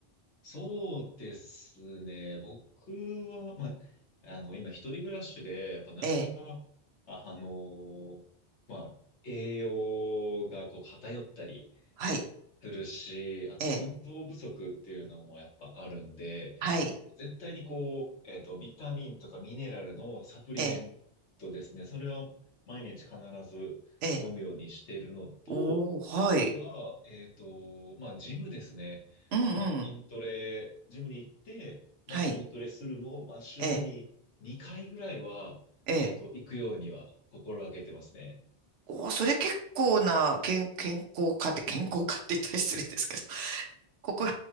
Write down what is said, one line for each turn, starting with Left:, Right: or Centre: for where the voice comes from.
Left: そうですね。僕は、まあ、あの、今一人暮らしで、やっぱなかなか、
Right: ええ、
Left: あの、まあ、栄養がこう偏ったり
Right: はい、
Left: するし、あと運動不足っていうのもやっぱあるんで、
Right: ええ、はい、
Left: 絶対にこう、えっと、ビタミンとかミネラルのサプリメントですね。
Right: ええ、
Left: それは毎日必ず飲むようにしてるのと、
Right: ええ、おー、はい、
Left: あとは、えっと、まあ、ジムですね。
Right: うんうん、
Left: まあ、筋トレ、ジムに行って、まあ、
Right: はい、
Left: 筋トレするのを、まあ、週に2回ぐらいは、
Right: ええ、ええ、
Left: えっと、行くようには心がけてますね。
Right: おー、それ結構な健、健康家って、健康家って言ったら失礼ですけど、<laughs> ここ、